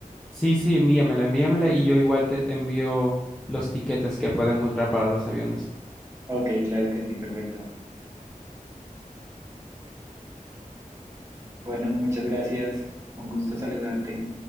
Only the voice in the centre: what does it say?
Sí, sí, envíamela, envíamela y yo igual te, te envío los tiquetes que puedo encontrar para los aviones.